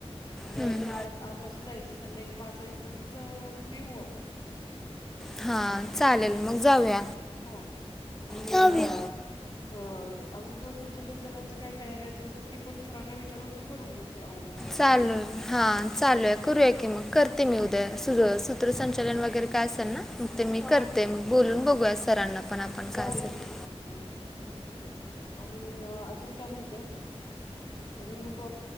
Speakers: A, on the left; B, in the centre.
A: आणि
B: हम्म,
A: त्यानुसार आठ आठ वाजता जायचे संध्याका पाच वाजपर्यंत ज फ्री होऊ आपण
B: हां
A: <unintelligible>
B: चालेल मग जाऊया
A: हो आणि
B: जाऊया.
A: अ त अजून जर सूतसंचालनाच काही तयारी असेल तर ती पण सरांना विचारून तू करून घेत अगोदर
B: चालेल हां चालूया
A: <unintelligible>
B: करूया की <unintelligible> <unintelligible> सूत्रसंचालन वगैरे काय असेल ना मग ते मी
A: हा
B: करते मग बोलून बघूया सरांना पण आपण काय
A: चालेल
B: असल ते
A: की मग हम्म. आणि अजून काय म्हणतेय अजून क